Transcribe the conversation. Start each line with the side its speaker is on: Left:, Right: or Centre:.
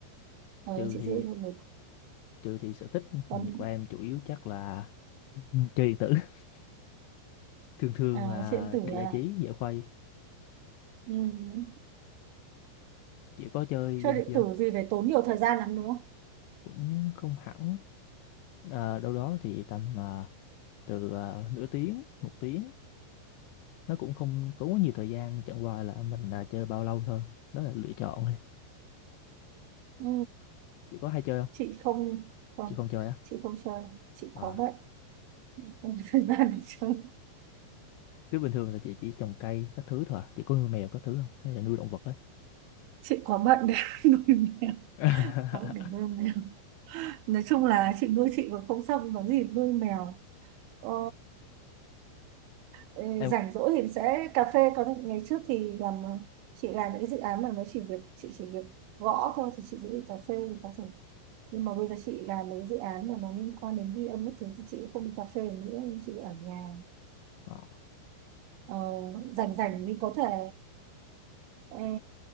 Right: ờ,
Left: trừ
Right: chị
Left: thì
Right: sẽ đi du lịch
Left: trừ thì sở thích
Right: còn
Left: của em chủ yếu chắc là ừ, chơi điện tử <laughs> thường thường
Right: à,
Left: là
Right: chuyện điện tử
Left: để giải
Right: à
Left: trí giải khuây
Right: ừ.
Left: chỉ có chơi
Right: chơi
Left: game
Right: điện
Left: chi không
Right: tử gì phải tốn nhiều thời gian lắm đúng không
Left: cũng không hẳn à, đâu đó thì tầm mà từ à, nửa tiếng một tiếng nó cũng không tốn quá nhiều thời gian chẳng qua là mình à, chơi bao lâu thôi đó là lựa chọn thôi
Right: ừ
Left: chị có hay chơi không
Right: chị không không
Left: chị không chơi á
Right: chị không chơi chị
Left: à
Right: quá bận không có thời gian để chơi
Left: chứ bình thường là chị chỉ trồng cây các thứ thôi à? chị có nuôi mèo các thứ không hay là nuôi động vật á
Right: chị quá bận để <laughs> nuôi mèo
Left: <laughs>
Right: quá bận để nuôi mèo nói chung là chị nuôi chị còn không xong có gì nuôi mèo ờ, ê,
Left: em
Right: rảnh rỗi thì sẽ cà phê có những ngày trước thì làm chị làm những cái dự án mà mới chỉ việc chị chỉ việc gõ thôi thì chị sẽ đi cà phê thì có thể nhưng mà bây giờ chị làm mấy dự án mà nó liên quan đến ghi âm các thứ thì chị không đi cà phê nữa chị ở nhà
Left: ờ.
Right: Ờ, rảnh rảnh thì có thể ờ,